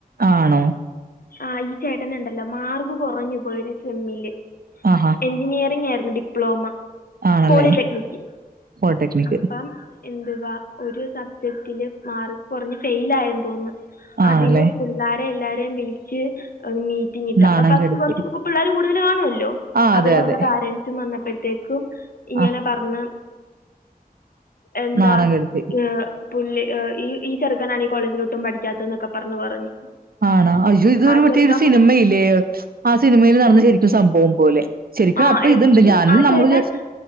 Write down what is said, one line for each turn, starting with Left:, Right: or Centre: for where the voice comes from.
Right: ആണോ
Left: ആഹ് ഈ ചേട്ടന്ണ്ടല്ലോ മാർഗ് കുറഞ്ഞു പോയി ഒരു സെമ്മില്
Right: ആഹാ
Left: എൻജിനീയറിംഗ് ആര്ന്ന് ഡിപ്ലോമ
Right: ആണല്ലേ
Left: പോളിടെക്നിക്ക്
Right: പോളിടെക്നിക്
Left: അപ്പം എന്തുവാ ഒരു സബ്ജക്റ്റില് മാർക്കൊർഞ്ഞ് ഫെയ്ലായെന്ന് തോന്ന്
Right: ആണല്ലേ
Left: അതിന് പുള്ളാരെ എല്ലാരെം വിളിച്ച് മീറ്റിങ്ങിട്ട്
Right: നാണം
Left: അപ്പൊ <unintelligible>
Right: കെടുത്തി
Left: കൊർച്ച് പിള്ളേർ കൂടുതൽ കാണ്വോല്ലോ
Right: ആ
Left: അവര്
Right: അതെ
Left: അവര്ടെ
Right: അതെ
Left: പാരന്റ്സും വന്നപ്പഴ്ത്തേക്കും ഇങ്ങനെ
Right: ആ
Left: പൻഞ്ഞ് എന്താ
Right: നാണം കെടുത്തി
Left: ഏഹ് പുല്ല് ഈ ഈ ചെറുക്കനാണ് ഈ കോളേജിലൊട്ടും പഠിക്കാത്തെന്നൊക്കെ പർഞ്ഞ് പറഞ്ഞ്
Right: ആണോ അയ്യോ ഇതൊരു
Left: ആ
Right: മറ്റേ
Left: ചെറുക്കൻ
Right: ഒരു സിനിമയില്ലേ ആസ് സിനിമേൽ നടന്ന ശരിക്കും സംഭവം പോലെ ശരിക്കും
Left: ആ
Right: അപ്പ
Left: എന്നിട്ട്
Right: ഇത്ണ്ട് ഞാൻ
Left: ആ
Right: നമ്മള്
Left: ചേട്ടൻ
Right: വിചാര്ച്ച്